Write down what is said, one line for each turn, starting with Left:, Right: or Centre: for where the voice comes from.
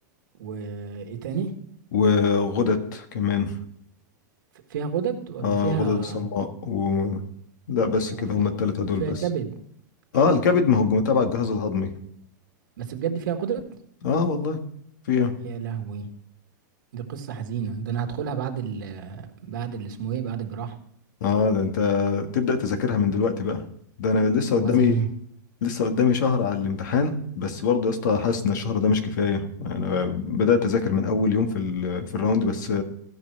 Right: وايه تاني
Left: وغدد كمان
Right: ف- فيها غدد ولا
Left: آه
Right: فيها
Left: غدد الصماء و... لا بس
Right: وفي
Left: كده هما التلاتة دول
Right: وفيها
Left: بس
Right: كبد كبد
Left: اه الكبد ما هو الج- تبع الجهاز الهضمي
Right: بس بجد فيها غدد
Left: اه والله في ايه؟
Right: يا لهوي دي قصه حزينه ده انا هدخلها بعد ال بعد اللي اسمه ايه بعد الجراحه
Left: اه ده انت تبدأ تذاكرها من دلوقتي بقى ده انا لسه
Right: طب
Left: قدامي
Right: ازاي <laughs>
Left: لسه قدامي شهر على الامتحان بس برضه يا اسطى حاسس ان الشهر ده مش كفايه انا بدات اذاكر من اول يوم في ال... في الراوند بس